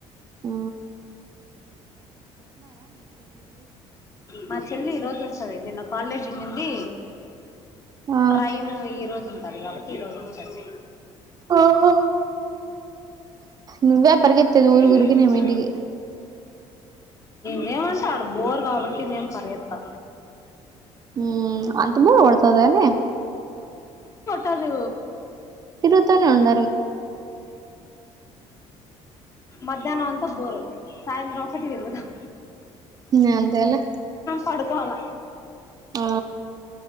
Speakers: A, on the right; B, on the left.
A: ఆ
B: మా చెల్లి ఈ రోజు వస్తది నిన్న కాలేజ్ ఉండింది
A: ఆ
B: ట్రైను ఈ రోజును అది కాబట్టి ఈ రోజు వచ్చింది
A: ఓహో నువ్వే పరిగెత్తేది ఊరి
B: హు
A: ఊరికినే మీ ఇంటికి
B: నేేమంటే ఆడ బోర్ కాబట్టి నేను పరిగెత్తా
A: హు అంత బోర్ పడుతుదనే
B: కాదు
A: తిరుగుతనే ఉండ
B: మధ్యాహ్నం అంతా బోరు సాయంత్రం ఒక్కటితి రుగుదాం
A: ఇంక అంతేలే
B: పడుకోవాలా
A: ఆ